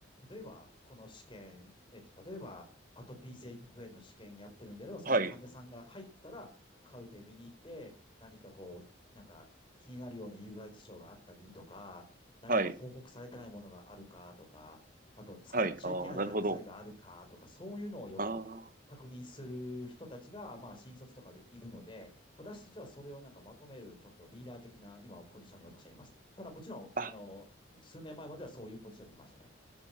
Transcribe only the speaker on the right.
はい。
はい。
はい。ああ、なるほど。
ああ。
あ